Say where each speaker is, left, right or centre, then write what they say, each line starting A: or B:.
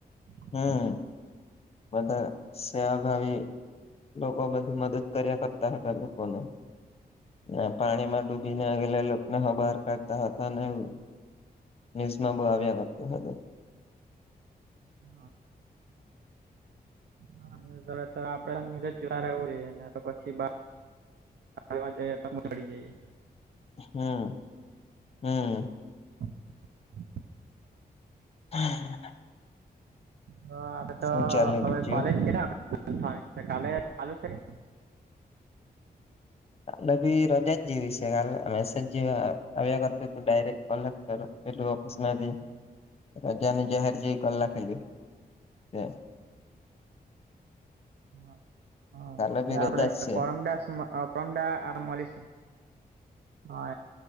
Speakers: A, on the right (about 85°); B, on the left (about 40°).
A: <unintelligible>
B: હમ બધા સેવાભાવી લોકો બધી મદદ કર્યા કરતા હતા લોકોને. ના પાણી માં ડૂબી નેગલે લોકોકને હ બહાર કાઢતા હતા ને એું ન્યુઝ માં બહુ આવ્યા વાત હ
A: હા. હા ન્યઝડે તો આપડે ન્યૂઝ જોતા રહેવું જોઈએ પછી વા જઈએ તડી જઈએ.
B: હમ હમ.
A: <unintelligible>
B: હમ હમ.
A: તો આપડે તો
B: શું ચાલે
A: હવે
B: બીજું
A: કોલેજ કે આપ કાલે ચાલુ છે કે
B: કલે ભી રોજા જીવી છે કલે મેસેજવા આવ્યા કરતું તું ડાયરેક્ટ કોલેક્ટ કર. એલું ઓફિસ ના હતી રજાનીજે હારી જ કલ્લા ખેલ ત
A: હા હા
B: કાલે
A: એટલે
B: ભી
A: આપડે
B: રજા જ છે
A: પરમદાસ મડાલીસ હા